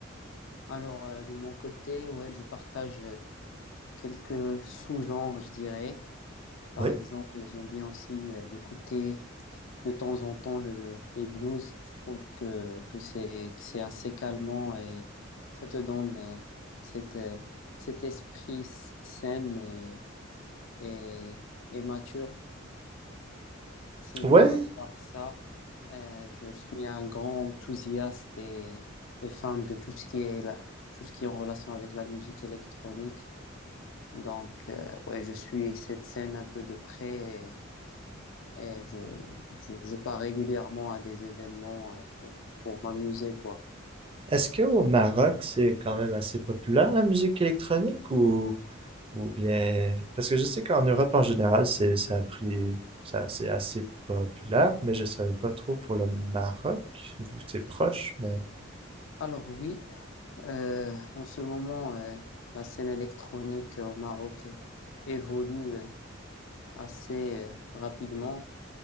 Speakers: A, on the left; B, on the right.
A: Alors, euh, de mon côté, ouais, je partage euh, quelques sous-genres, je dirais. Par
B: Oui.
A: exemple, j'aime bien aussi euh, d'écouter de temps en temps le, les blues. Je trouve que, que c'est, que c'est assez calmant et ça te donne euh, cette, euh, cet esprit s- sain et, et, et mature. Sinon,
B: oui
A: à part ça, euh, je suis un grand enthousiaste et, et fan de tout ce qui est la- tout ce qui est en relation avec la musique électronique. Donc, euh, ouais, je suis cette scène un peu de près et, et je, je, je pars régulièrement à des événements euh, pour, pour m'amuser, quoi.
B: Est-ce qu'au Maroc, c'est quand même assez populaire la musique électronique ou, ou bien... Parce que je sais qu'en Europe en général, c'est, ça a pris, ça, c'est assez populaire, mais je savais pas trop pour le Maroc, vu que c'est proche, mais
A: Alors oui, euh, en ce moment, euh, la scène électronique au Maroc évolue euh, assez euh, rapidement.